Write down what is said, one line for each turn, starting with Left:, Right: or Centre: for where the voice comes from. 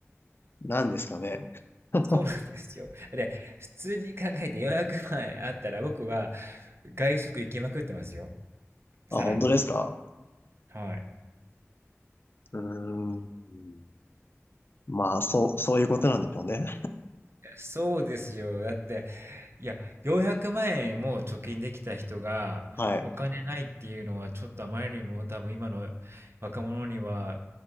Left: <laughs> なんですかね。<laughs>
Right: そうなんですよ。で、普通に考えて400万あったら僕は外食行きまくってますよ。さらに。
Left: あ、本当ですか
Right: はい。
Left: うーん。まあ、そう、そういうことなんでしょうね。
Right: そうですよ。だって、いや、400万円も貯金できた人がお金ないっていうのはちょっとあまりにも多分今の
Left: はい。
Right: 若者には